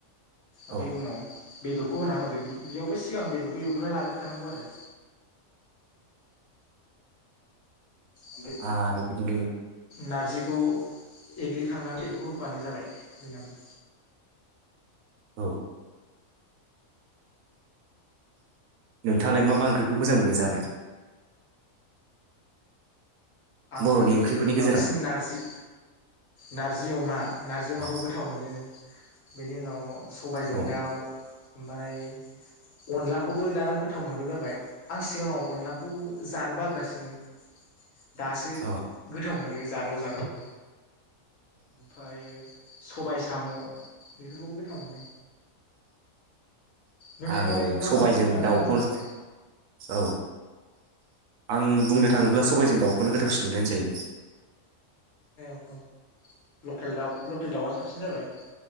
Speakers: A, on the right (about 80°); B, on the left (about 70°).
A: औ
B: ओमफाय उनाव बेदरखौ होना होदो बि बेयावबो सिगां बेदर एवग्रोना लाग्रोखानांगौ आरो। ओमफ्राय
A: आरो बिदिनो
B: नारजिखौ एग्लिखांनानै बेदरखौ होबानो जाबाय बेनाबो।
A: औ। नोंथाङालाय मा मा ओंख्रिखौ मोजां मोनो जानो।
B: आङो
A: बर'नि ओंख्रिफोरनि
B: बांसिन
A: गेजेराव
B: नारजि नार जि अमा। नारजि अमाखौ
A: औ
B: गोथाव मोनो। बेनि उनाव सबायजों
A: औ
B: दाउ ओमफाय अनलाखौबो दाना गोथाव मोनग्रा जाबाय आं सिगाङाव अनलाखौ जानो बाग्रासोमोन। दासो
A: औ ओं
B: गोथाव मोनो। जादाव जादावनो। ओमफ्रायो सबाय साम' बेफोरखौबो गोथाव मोनो। नोंथाङालाय
A: आङो
B: मा
A: सबायजों
B: माखौ जानो
A: दाउखौ
B: मोजां मोनो?
A: औ। आं बुंनो थाङोब्ला सबायजों दाउखौनो गोथावसिन मोनो होनजायो।
B: औ औ। लकेल दाउ लकेल दाउआ साबसिन जाबाय